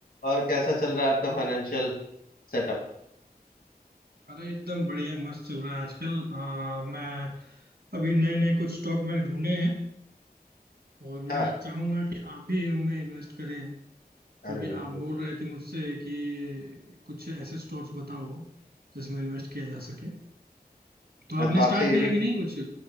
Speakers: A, on the left; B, on the right.
A: और कैसा चल रहा है आपका
B: और-
A: फाइनेंशियल सेटअप
B: अरे एकदम बढ़िया मस्त चल रहा है आजकल आ, मैं अभी नए नए कुछ स्टॉक मैंने ढूंढे हैं और मैं
A: हाँ
B: चाहूंगा कि आप भी उनमें इन्वेस्ट करें
A: अरे
B: क्योंकि
A: बिल्कुल
B: आप बोल रहे थे मुझसे कि कुछ ऐसे स्टॉक्स बताओ जिसमें इन्वेस्ट किया जा सके तो
A: मैं
B: आपने
A: तो आपसे
B: स्टार्ट
A: ये
B: किया
A: भी
B: कि नहीं कुछ